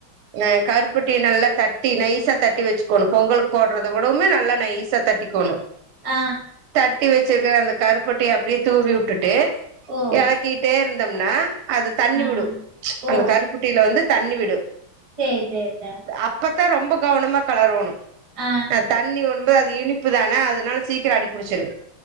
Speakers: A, on the right; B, on the right.
A: ஏ கருப்பட்டி நல்லா தட்டி நைசா தட்டி வெச்சுக்கோணு பொங்கலுக் போட்றத விடவுமே நல்லா நைசா தட்டி கோன்னு
B: ஆ
A: தட்டி வெச்சிருக்கற அந்த கருப்பட்டிய அப்டியே தூவியூட்டுட்டு
B: ஓ
A: கலக்கீட்டே இருந்தம்ன்னா அது தண்ணி
B: ஆ
A: விடு
B: ஓ
A: அந்த கருப்பட்டீல வந்து தண்ணி விடு
B: சேரி சேரி டா
A: அப்பத்தா‌ ரொம்ப கவனமா கலறோணு
B: ஆ
A: தண்ணீ ஓடும்போது அது இனிப்பு தான அதனால சீக்கரோ அடிப்புடிச்சிரு